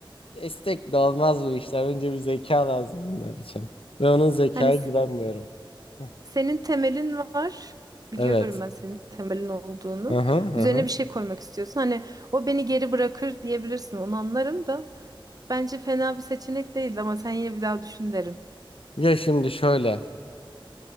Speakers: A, on the left; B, on the right.
A: Esnek de olmaz bu işler. Önce bir zeka lazım bunlar için. Ve onun zekaya
B: Hani s-
A: güvenmiyorum. Hı.
B: senin temelin var. Biliyorum
A: Evet.
B: ben senin temelin olduğunu.
A: Hı hı hı.
B: Üzerine
A: hı.
B: bir şey koymak istiyorsun. Hani o beni geri bırakır diyebilirsin. Onu anlarım da bence fena bir seçenek değil ama sen yine bir daha düşün derim.
A: Ya şimdi şöyle.